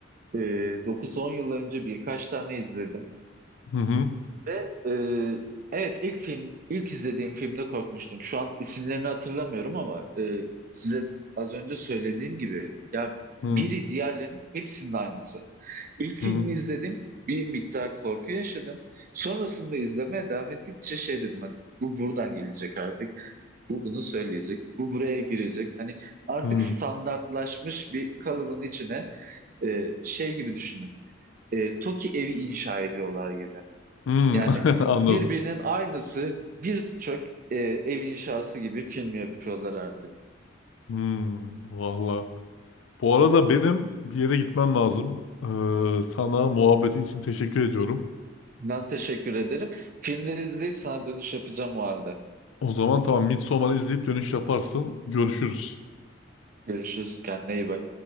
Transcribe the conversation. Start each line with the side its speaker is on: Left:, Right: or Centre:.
Right: e, 9-10 yıl önce birkaç tane izledim
Left: Hı hı.
Right: ve e, evet ilk film ilk izlediğim filmde korkmuştum. Şu an isimlerini hatırlamıyorum ama e, size az önce söylediğim gibi ya
Left: Hı
Right: biri diğerlerinin hepsinin aynısı. İlk filmi
Left: hı.
Right: izledim bir miktar korku yaşadım. Sonrasında izlemeye devam ettikçe şey dedim hani bu buradan gelecek artık. Bu bunu söyleyecek. Bu buraya girecek. Hani artık
Left: Hı.
Right: standartlaşmış bir kalıbın içine e, şey gibi düşünün. E, TOKİ evi inşa ediyorlar gibi.
Left: Hı.
Right: Yani
Left: <laughs> Anladım.
Right: birbirinin aynısı birçok e, ev inşası gibi film yapıyorlar artık.
Left: Hı. Valla. Bu arada benim bir yere gitmem lazım. Ee, sana muhabbetin için teşekkür ediyorum.
Right: Ben teşekkür ederim. Filmleri izleyip sana dönüş yapacağım o halde.
Left: O zaman tamam Midsommar'ı izleyip dönüş yaparsın. Görüşürüz.
Right: Görüşürüz. Kendine iyi bak.